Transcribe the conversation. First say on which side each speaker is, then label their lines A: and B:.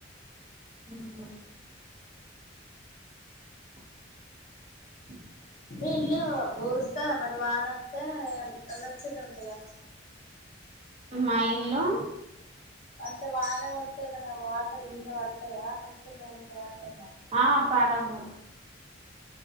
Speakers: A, on the right (about 30°); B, on the left (about 45°).
A: ఉమ్ <inaudible>
B: మీ ఇల్లు ఊరుస్తదా మరి వాన వస్తే మంచి గానే ఉంటదా <inaudible>
A: మా ఇల్లు
B: అంటే వాన కొడితే ఏమన్న వాటర్ ఇంట్ల పడతాయా మంచిగానే ఉంటాయా అంటున్నా
A: ఆ పడవు